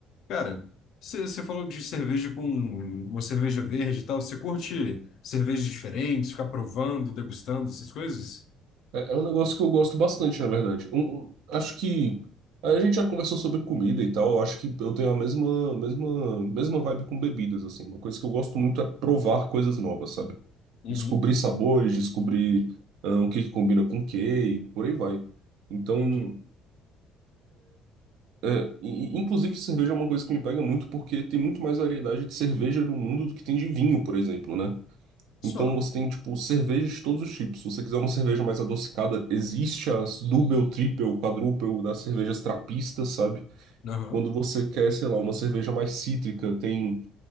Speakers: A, on the left; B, on the right.
A: Cara, você você falou de cerveja com uma cerveja verde e tal. Você curte cervejas diferentes, ficar provando, degustando essas coisas?
B: É, é um negócio que eu gosto bastante, na verdade. Um- um- acho que a gente já conversou sobre comida e tal. Eu acho que eu tenho a mesma, mesma, mesma vibe com bebidas, assim. Uma coisa que eu gosto muito é provar coisas novas, sabe?
A: Uhum,
B: Descobrir sabores, descobrir ah, o que que combina com o que e por aí vai. Então,
A: entendi.
B: é, e- e, inclusive cerveja é uma coisa que me pega muito porque tem muito mais variedade de cerveja no mundo do que tem de vinho, por exemplo, né?
A: Só.
B: Então você tem, tipo, cervejas de todos os tipos. Se você quiser uma cerveja mais adocicada, existe as double, triple, quadruple das cervejas trapistas, sabe?
A: Aham.
B: Quando você quer, sei lá, uma cerveja mais cítrica, tem